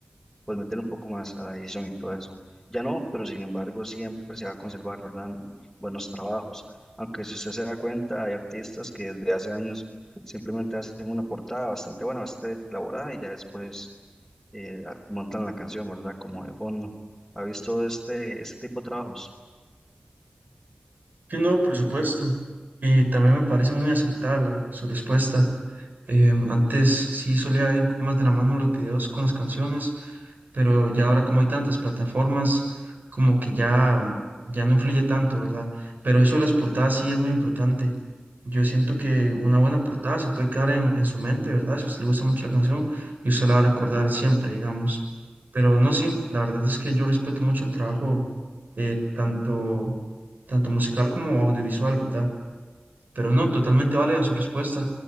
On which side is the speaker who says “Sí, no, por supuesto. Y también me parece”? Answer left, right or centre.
Right